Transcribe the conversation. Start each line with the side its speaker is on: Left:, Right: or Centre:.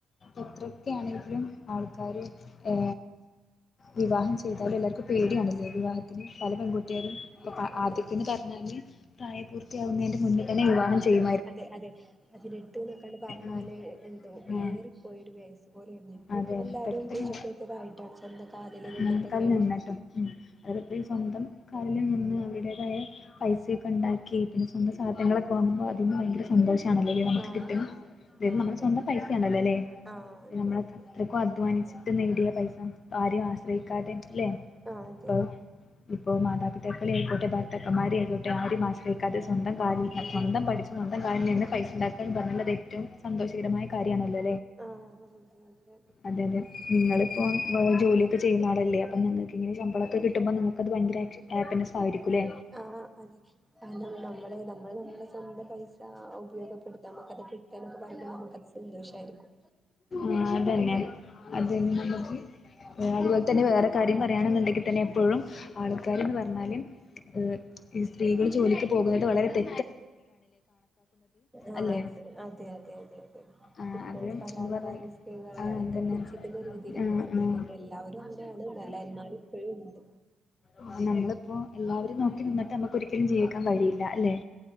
Left: എത്രൊക്കെ ആണെ ലും ആൾക്കാർ ഏ വിവാഹം ചെയ്താലും എല്ലാവർക്കും പേടിയാണല്ലേ വിവാഹത്തിന് പല പെൺകുട്ടികളും ഇപ്പ
Centre: ആ, അതെ
Left: ആദ്യത്തെന്ന് പറഞ്ഞാല് പ്രായപൂർത്തിയാവുന്നതിന്റെ മുന്നിൽ തന്നെ വിവാഹം ചെയ്യും
Centre: അതെ അതെ പതിനെട്ട് ഒക്കെ പറഞ്ഞാല്
Left: ആ
Centre: എന്തോ
Left: ആ
Centre: ഏറിപ്പോയൊരു വയസ്സ് പോലെണ് തും
Left: അതെ
Centre: എല്ലാരും
Left: പെട്ടെന്ന്
Centre: എജ്യൂക്കേറ്റഡ് ആയിട്ടാണ് സ്വന്തം കാലിൽ നിന്നിട്ടൊക്കെയാണ്
Left: മുൻകാലിൽ നിന്നിട്ടോ ഉം അവരിപ്പോ സ്വന്തം കാലിൽ നിന്ന് അവരുടേതായ പൈസയൊക്കെ ഉണ്ടാക്കി പിന്നെ സ്വന്തം സാധനങ്ങളൊ അമ്പോ അതിന് ഭയങ്കര സന്തോഷമാണല്ലോ നമുക്ക്
Centre: ആഹ്
Left: കിട്ടും അത്
Centre: ആഹ്
Left: നമ്മള
Centre: അതെ
Left: സ്വന്തം പൈസയാണല്ലോ അല്ലെ
Centre: ആഹ് അതെ
Left: നമ്മള്
Centre: അതെ
Left: അത്രയ്ക്കോ അധ്വാനിച്ചിട്ട് നേടിയ പൈസ ആരും ആശ്രയിക്കാതെ അല്ലേ
Centre: ആഹ് അതെ
Left: ഇപ്പ ഇപ്പോ മാതാപിതാക്കളെ ആയിക്കോട്ടെ ഭത്ത അക്കമാരി ആയിക്കോട്ടെ ആരെം ആശ്രയിക്കാതെ സ്വന്തം കാലിൽ സ്വന്തം പഠിച്ച് സ്വന്തം കാലിൽ നിന്ന് പൈസണ്ടാക്കാന്ന് പറഞ്ഞുള്ളത് ഏറ്റവും സന്തോഷകരമായ കാര്യമാണല്ലോ
Centre: ആഹ് അതെ അതെ
Left: അതെ അതെ നിങ്ങള് ഇപ്പോ ജോലി ചെയുന്ന ആളല്ലേ അപ്പ നിങ്ങൾക്ക് ഇങ്ങെ ശമ്പളൊക്കെ കിട്ടുമ്പോ നിങ്ങൾക്കത് ഭയങ്കര ആപ്പിനെസ് ആയിരിക്കും അല്ലേ
Centre: ആ ആ അതെ ആ നമ്മൾ നമ്മള് നമ്മൾ <unintelligible> നമ്മ പൈസ ഉപയോഗപ്പെടുത്താം നമുക്കത് കിട്ടാനൊക്കെ പറയുമ്പ നമുക്കത് സന്തോഷ ആരിക്കും
Left: ആ അതന്നെ അതെ നമുക്ക് അതുപോലെ തന്നെ വേറെ കാര്യം പറയാണെന്നുണ്ടെ കി തന്നെ എപ്പോഴും ആൾക്കാര്ന്ന് പറഞ്ഞാലും ഏ സ്ത്രീകൾ ജോലിക്ക് പോകുന്നത് വളരെ തെ
Centre: ആ
Left: അല്ലേ
Centre: അതെ അതെ അതെ അതെ അതെ
Left: ആഹ്
Centre: ഇപ്പൊ
Left: അത് എന്ന്
Centre: പല ആൾക്കാരും
Left: പറഞ്ഞാൽ
Centre: സ്ത്രീകളെ
Left: ആഹ്
Centre: എന്താ
Left: അതന്നെ
Centre: പുച്ഛിക്കുന്ന രീതിയിൽ
Left: ആഹ്
Centre: കാണുന്നത്
Left: ആഹ് ഉം
Centre: കൊണ്ട് എല്ലാവരും അങ്ങനെ ആ തന്നല്ല എന്നാലും ഇപ്പഴും ഉണ്ട്
Left: ആ നമ്മളിപ്പോ എല്ലാവരും നോക്കി നിന്നിട്ട് നമുക്ക് ഒരിക്കലും ജീവിക്കാൻ കഴിയില്ല അല്ലെ